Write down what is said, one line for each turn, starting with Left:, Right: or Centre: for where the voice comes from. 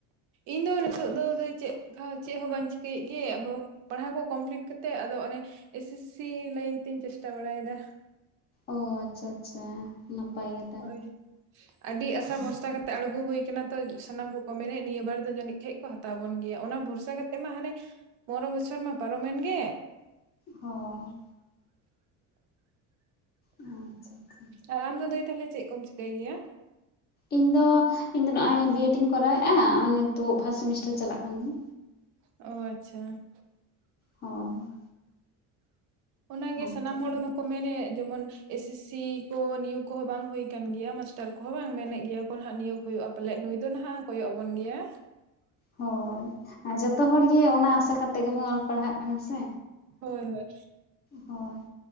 Right: ᱤᱧ ᱫᱚ ᱱᱤᱛᱚᱜ ᱫᱚ ᱪᱮᱫ ᱦᱚᱸ ᱪᱮᱫ ᱦᱚᱸ ᱵᱟᱹᱧ ᱪᱤᱠᱟᱹᱭᱮᱫ ᱜᱮ ᱟᱵᱚ᱾ ᱯᱟᱲᱦᱟᱣ ᱠᱚ ᱠᱚᱢᱯᱞᱤᱴ ᱠᱟᱛᱮᱫ ᱟᱫᱚ ᱚᱱᱮ ᱮᱥ ᱥᱤ ᱥᱤ ᱞᱟᱹᱭᱤᱱ ᱛᱤᱧ ᱪᱮᱥᱴᱟ ᱵᱟᱲᱟᱭᱮᱫᱟ
Left: ᱚ ᱟᱪᱷᱟ ᱟᱪᱷᱟ ᱱᱟᱯᱟᱭ ᱜᱮ ᱛᱟᱦᱚᱞᱮ
Right: ᱦᱳᱭ ᱟᱹᱰᱤ ᱟᱥᱟ ᱵᱷᱚᱨᱥᱟ ᱠᱟᱛᱮ ᱟᱬᱜᱩ ᱦᱩᱭ ᱠᱟᱱᱟ ᱛᱚ ᱥᱟᱱᱟᱢ ᱠᱚᱠᱚ ᱢᱮᱱᱮᱫ ᱱᱤᱭᱟᱹ ᱵᱟᱨ ᱫᱚ ᱡᱟᱹᱱᱤᱡ ᱠᱷᱟᱡ ᱠᱚ ᱦᱟᱛᱟᱣ ᱵᱚᱱ ᱜᱮᱭᱟ ᱚᱱᱟ ᱵᱷᱚᱨᱥᱟ ᱠᱟᱛᱮᱜ ᱢᱟ ᱦᱟᱱᱮ ᱯᱚᱨᱚ ᱵᱚᱪᱷᱚᱨ ᱢᱟ ᱯᱟᱨᱚᱢᱮᱱ ᱜᱮ
Left: ᱦᱚᱸ ᱦᱚᱸ ᱟᱪᱷᱟ ᱟᱪᱷᱟ
Right: ᱟᱨ ᱟᱢᱫᱚ ᱫᱟᱹᱭ ᱛᱟᱦᱞᱮ ᱪᱮᱫ ᱠᱚᱢ ᱪᱤᱠᱟᱹᱭ ᱜᱤᱭᱟ?
Left: ᱤᱧ ᱫᱚ ᱤᱧ ᱫᱚ ᱱᱚᱜᱚᱭ ᱵᱤᱮᱰ ᱤᱧ ᱠᱚᱨᱟᱣᱮᱜᱼᱟ ᱟᱨ ᱱᱤᱛᱚᱜ ᱯᱷᱟᱥᱴ ᱥᱮᱢᱤᱥᱴᱟᱨ ᱪᱟᱞᱟᱜ ᱠᱟᱱ ᱛᱤᱧ
Right: ᱚ ᱟᱪᱷᱟ
Left: ᱦᱳᱭ
Right: ᱚᱱᱟᱜᱮ
Left: ᱚᱱᱛᱮ
Right: ᱥᱟᱱᱟᱢ ᱦᱚᱲ ᱠᱚ ᱢᱮᱱᱮᱫ ᱡᱮᱢᱚᱱ ᱮᱥ ᱥᱤᱥᱤ ᱠᱚ ᱱᱤᱭᱩᱜ ᱠᱚᱦᱚᱸ ᱵᱟᱝ ᱦᱩᱭ ᱠᱟᱱ ᱜᱮᱭᱟ ᱢᱟᱥᱴᱟᱨ ᱠᱚᱦᱚᱸ ᱵᱟᱝ ᱢᱮᱱᱮᱫ ᱜᱮᱭᱟ ᱠᱚ ᱱᱟᱦᱟᱜ ᱱᱤᱭᱳᱜ ᱦᱳᱭᱳᱜᱼᱟ, ᱯᱟᱞᱮᱫ ᱱᱩᱭ ᱫᱚ ᱱᱟᱦᱟᱜ ᱠᱚᱭᱚᱜ ᱟᱵᱚᱱ ᱜᱮᱭᱟ᱾
Left: ᱦᱳᱭ ᱟᱨ ᱡᱚᱛᱚ ᱦᱚᱲᱜᱤ ᱚᱱᱟ ᱟᱥᱟ ᱠᱟᱛᱮ ᱜᱮᱵᱚᱱ ᱚᱞ ᱯᱟᱲᱦᱟᱜ ᱠᱟᱱᱟ ᱥᱮ᱾
Right: ᱦᱳᱭ ᱦᱳᱭ
Left: ᱦᱚᱭ